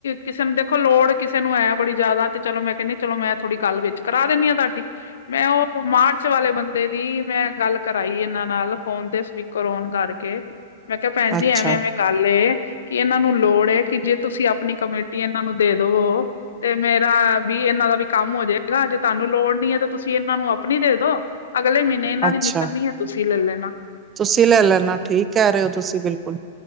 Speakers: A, on the left; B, on the right.
A: ਕਿਸੇ ਨੂੰ ਦੇਖੋ ਲੋੜ ਕਿਸੇ ਨੂੰ ਐ ਬੜੀ ਜਾਦਾ ਤੇ ਚਲੋ ਮੈਂ ਕੈਣੀ ਚਲੋ ਮੈਂ ਥੋੜ੍ਹੀ ਗੱਲ ਵਿੱਚ ਕਰਾ ਦਿੰਦੀ ਆਂ ਤਾਡੀ ਮੈਂ ਓ ਮਾਰਚ ਵਾਲੇ ਬੰਦੇ ਦੀ ਮੈਂ ਗੱਲ ਕਰਾਈ ਏਨਾਂ ਨਾਲ ਫੋਨ ਤੇ ਸਪੀਕ ਕਰ‌ ਓਨ ਕਰ ਕੇ। ਮੈਂ ਕਿਆ ਭੈਣਜੀ
B: ਅੱਛਾ
A: ਐਵੇਂ -ਐਵੇਂ ਗੱਲ ਏ ਕੀ ਏਨਾਂ ਨੂੰ ਲੋੜ ਏ, ਕੀ ਜੇ ਤੁਸੀਂ ਆਪਣੀ ਕਮੇਟੀ ਏਨਾਂ ਨੂੰ ਦੇ ਦਵੋ। ਤੇ ਮੇਰਾ ਵੀ ਏਨਾਂ ਦਾ ਵੀ ਕੰਮ ਓ ਜੇਗਾ, ਜੇ ਤਾਨੂੰ ਲੋੜ ਨੀ ਏ ਤਾਂ ਤੁਸੀਂ ਏਨਾਂ ਨੂੰ ਆਪਣੀ ਦੇ ਦੋ। ਅਗਲੇ ਮੀਨੇ ਏਨਾਂ
B: ਅੱਛਾ
A: ਦੀ ਨਿਕਲਣੀ ਏ ਤੁਸੀਂ ਲੱੱਲ ਣਾ।
B: ਤੁਸੀਂ ਲੈ ਲੈਣਾ, ਠੀਕ ਕੈ ਰੇ ਓ ਤੁਸੀਂ ਬਿਲਕੁਲ।